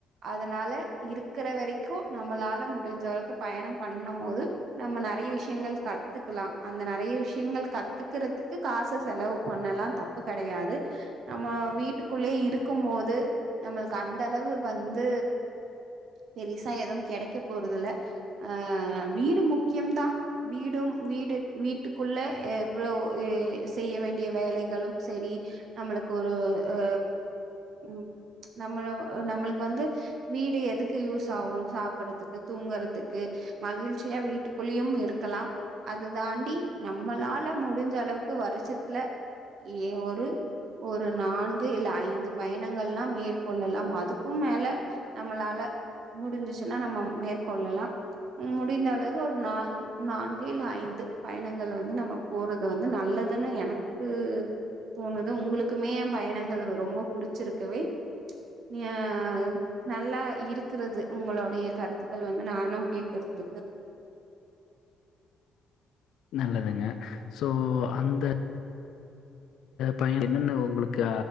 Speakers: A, on the right; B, on the left.
A: அதனால இருக்கிற வரைக்கு நம்மளால முடிஞ்ச அளவுக்கு பயண பண்ணு போது நம்ம நெறய விஷயங்கள் கத்துக்கலா அந்த நெறய விஷயங்கள் கத்துக்கறதுக்கு காச செலவு பண்ணலா தப்பு கெடையாது. நம்ம வீட்டுக்குள்ளயே இருக்கு போது நம்மளுக்கு அந்த அளவு வந்து பெருசா எது கெடைக்க போறதுல்ல அ வீடு முக்கியம்தா வீடும் வீடு வீட்டுக்குள்ள எவ்ளோ செய்ய வேண்டிய வேலைகளு செரி நம்மளுக்கு ஒரு அ ம் நம்ம நம்மளுக்கு வந்து வீடு எதுக்கு யூஸ் ஆகு சாப்பறதுக்கு, தூங்குறதுக்கு மகிழ்ச்சி சியா வீட்டுக்குள்ளயும் இருக்கலாம். அது தாண்டி, நம்மளால முடிஞ்ச அளவுக்கு வருஷத்துல ஏ ஒரு ஒரு நான்கு இல்ல ஐந்து பயணங்கள்ளாம் மேற்கொள்ளலாம் அதுக்கும் மேல நம்மளால முடிஞ்சுச்சுன்னா நம்ம மேற்கொள்ளலாம் மு முடிந்தளவு ஒரு நான் நான்கு இல்ல ஐந்து பயணங்கள் வந்து நம்ம போறது வந்து நல்லதுன்னு எனக்கு க்கு தோணுது உங்களுக்குமே பயணங்கள் ரொம்ப புடிச்சுருக்கவே நியாயம் நல்லா இருக்குறது உங்களுடைய கருத்துக்கள் வந்து நானு கேக்கறதுக்கு
B: நல்லதுங்க சோ அந்த பயண என்னென்ன உங்களுக்கு